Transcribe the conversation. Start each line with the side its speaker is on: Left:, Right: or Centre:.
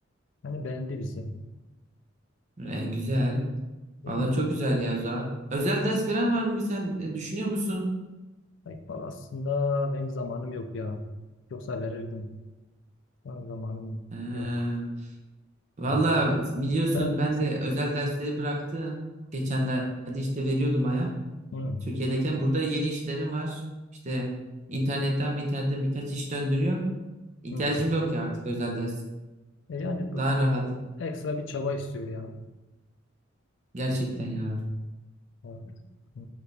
Left: Yani beğendi bizi.
Right: E, güzel.
Left: Yani
Right: Valla çok güzel ya Zuhat. Özel ders veren var mı? bir Sen e, düşünüyor musun?
Left: İkbal aslında benim zamanım yok ya. Yoksa verirdim. Ama zamanım
Right: Ee,
Left: yok.
Right: valla
Left: Evet.
Right: biliyorsun
Left: Sen,
Right: ben
Left: sen
Right: de özel dersleri bıraktım. Geçenlerde işte veriyordum baya.
Left: hı,
Right: Türkiye'deyken burada yeni işlerim var. İşte internetten internetten birkaç iş döndürüyorum. İhtiyacım
Left: hı.
Right: yok ya artık özel ders.
Left: E yani bu
Right: Daha rahat
Left: ekstra bir çaba istiyor ya.
Right: gerçekten
Left: Hı,
Right: ya.
Left: evet. Hı,